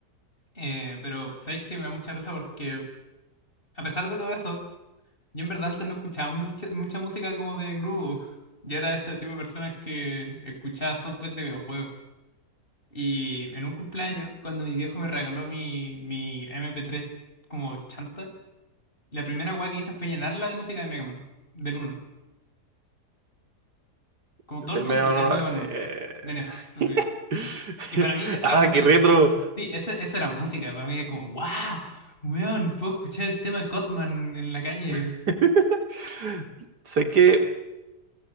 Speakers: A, on the left; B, on the right.
A: Eh, pero sabéis que me da mucha risa porque, a pesar de todo eso, yo en verdad antes no escuchaba mucha, mucha música como de grupo. Yo era ese tipo de personas que escuchaba soundtrack de videojuegos. Y en un cumpleaños, cuando mi viejo me regaló mi, mi mp tres como chanta, la primera weá que hice fue llenarla de música de Mega Man, del uno Como
B: del
A: todo el soundtrack
B: medio no,
A: del Mega Man
B: eh,
A: uno de NES. Así.
B: <laughs>
A: Y para mí, esa
B: Ah,
A: era música.
B: qué retro.
A: Sí, esa, esa era música. Para mí es como, ¡guau! Weón, puedo escuchar el tema de Cotman en la calle.
B: <laughs> Sé que,